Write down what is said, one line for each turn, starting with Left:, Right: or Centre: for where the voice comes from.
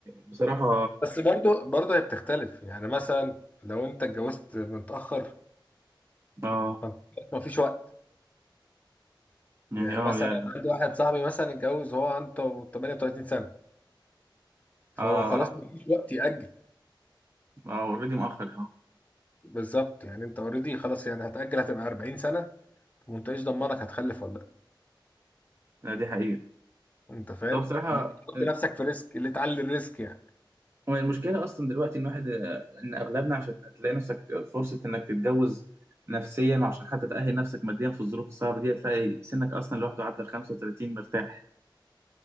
Right: بصراحة
Left: بس برضه برضه هي بتختلف يعني مثلا لو انت اتجوزت متأخر
Right: اه
Left: فانت ما فيش وقت
Right: يعني
Left: يعني
Right: اه
Left: مثلا
Right: يا
Left: أنا عندي واحد صاحبي مثلا اتجوز هو عنده 38 سنة فهو
Right: اه
Left: خلاص ما فيش وقت يأجل
Right: اه اوريدي مؤخر اه
Left: بالظبط يعني انت اوريدي خلاص يعني هتأجل هتبقى 40 سنة وما انتش ضمنك هتخلف ولا لا
Right: لا دي حقيقة
Left: انت فاهم
Right: طب بصراحة
Left: ليه تحط
Right: اه،
Left: نفسك في ريسك ليه تعلي الريسك يعني
Right: هو المشكلة أصلا دلوقتي إن واحد اه، إن أغلبنا عشان هتلاقي نفسك فرصة إنك تتجوز نفسيا وعشان حتى تأهل نفسك ماديا في الظروف الصعبة دي هتلاقي سنك أصلا لوحده عدى ال 35 مرتاح